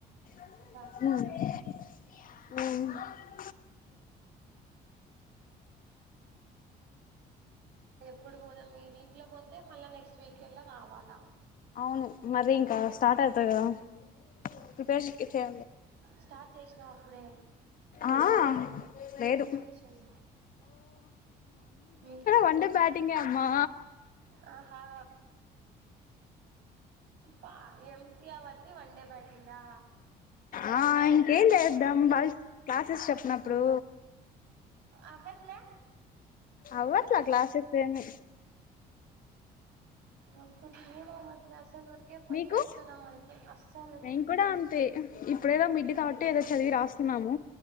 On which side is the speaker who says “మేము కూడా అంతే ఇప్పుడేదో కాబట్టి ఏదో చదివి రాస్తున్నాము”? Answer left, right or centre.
Left